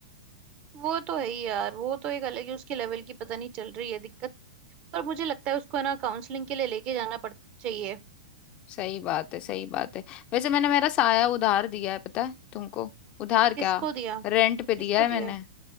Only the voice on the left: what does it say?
सही बात है सही बात है वैसे मैंने मेरा साया उधार दिया है पता है तुमको उधार क्या
रेंट पे दिया
है मैंने